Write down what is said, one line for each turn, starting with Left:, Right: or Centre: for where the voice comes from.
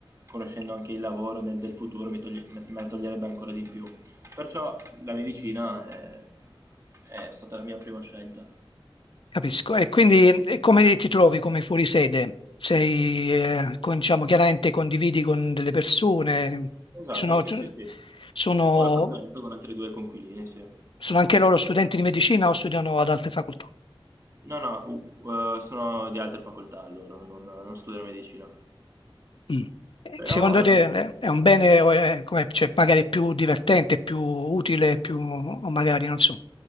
Right: conoscendo anche il lavoro nel- del futuro mi toglie- me me la toglierebbe ancora di più. Perciò la medicina è, è stata la mia prima scelta.
Left: Capisco. E quindi e come ti trovi come fuorisede? Sei, eh, con- diciamo, chiaramente condividi con delle persone,
Right: Esatto,
Left: sono,
Right: sì, sì, sì.
Left: sono-
Right: Ho un appartamento con altri due coinquilini, sì.
Left: sono anche loro studenti di medicina o studiano ad altre facoltà?
Right: No, no, u- eh, sono di altre facoltà loro, non, non studiano medicina.
Left: Mm. E
Right: Però,
Left: Secondo
Right: eh,
Left: te eh, è un bene o è come, cioè, magari più divertente, più utile, più, o magari, non so,